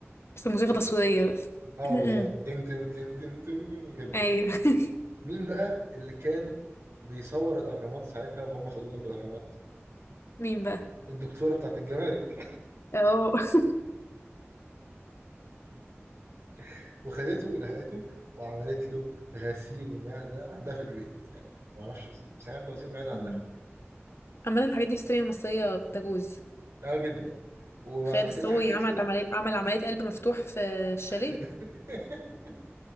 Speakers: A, on the left (about 65°); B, on the right (about 70°).
A: بس الموسيقى تصويرية بس
B: اه
A: امم
B: بالظبط تن تن تن تن تن تن كده
A: ايوه <laughs>
B: مين بقى اللي كان بيصور الاهرامات ساعتها وهم خدوه جنب الاهرامات
A: مين بقى
B: الدكتوره بتاعت الجمارك
A: اه <laughs>
B: <laughs> وخدته ولحقته وعملت له غسيل معده عندها في البيت ما اعرفش ازاي بس عملت له غسيل معده عندها
A: أمم.
B: في البيت
A: عامة الحاجات دي في السينما المصرية تجوز
B: اه جدا وبعد
A: خالد
B: كده
A: الصاوي
B: حكيت
A: عملت
B: له
A: عملية عمل عملية قلب مفتوح في الشاليه
B: <laughs>